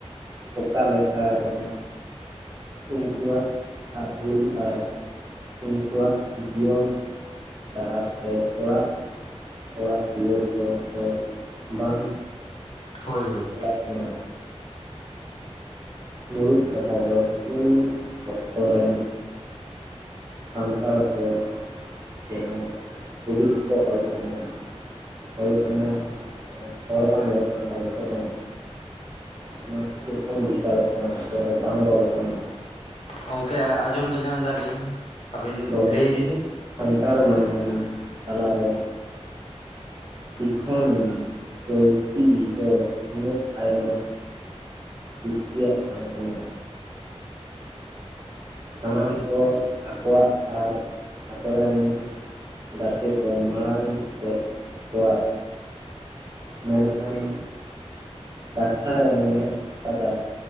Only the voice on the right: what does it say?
ᱚᱠᱟᱞᱮᱠᱟ ᱨᱮᱦᱚ ᱩᱱᱠᱩᱣᱟᱜ ᱟᱨ ᱦᱩᱞ ᱟᱨ ᱩᱱᱠᱩᱣᱟᱜ ᱡᱤᱭᱚᱱ ᱰᱟᱦᱟᱨ ᱛᱮ ᱚᱲᱟᱜ ᱚᱲᱟᱜ ᱫᱩᱣᱟᱹᱨ ᱠᱚᱫᱚ ᱵᱟᱝ
ᱞᱮ ᱠᱟᱱᱟ ᱢᱩᱬᱩᱫ ᱠᱟᱛᱷᱟ ᱫᱚ ᱦᱩᱞ ᱚᱠᱛᱚ ᱨᱮᱱ ᱥᱟᱱᱛᱟᱲ ᱦᱟᱹ ᱛᱮᱦᱚ ᱠᱚᱵᱤ ᱠᱚᱠᱚ ᱚᱞ ᱛᱟᱦᱮᱱᱟ ᱦᱩᱭ ᱛᱟᱦᱚᱞᱮ ᱦᱚᱲ ᱵᱟᱝ ᱟᱸᱡᱚᱢ ᱠᱟᱱ ᱱᱤᱛᱚᱜ ᱦᱚᱸ ᱟᱢᱟᱜ ᱪᱮᱫ ᱛᱟᱢ ᱰᱤᱥᱴᱟᱵᱜ ᱠᱟᱱᱟ ᱥᱮ ᱵᱟᱢ ᱨᱚᱲ ᱠᱟᱱᱟ
ᱛᱚ
ᱥᱟᱱᱛᱟᱲ ᱢᱟᱹᱱᱢᱤ ᱛᱟᱞᱟᱨᱮ ᱥᱤᱠᱷᱚᱱ ᱵᱟᱹᱲᱛᱤ ᱫᱚ ᱩᱱᱟᱹᱜ ᱟᱭᱢᱟ ᱡᱩᱠᱛᱤᱭᱟᱜ ᱛᱟᱦᱮᱸ ᱠᱟᱱᱟ ᱥᱟᱱᱟᱢ ᱠᱚ ᱟᱠᱚᱣᱟᱜ ᱟᱨ ᱟᱠᱚᱨᱮᱱ ᱜᱟᱛᱮ ᱠᱚ ᱢᱟᱲᱟᱝ ᱥᱮᱫ ᱠᱚᱣᱟ ᱢᱮᱱᱠᱷᱟᱱ ᱠᱟᱛᱷᱟ ᱨᱮ ᱢᱮᱱᱟᱜ ᱟᱠᱟᱫᱟ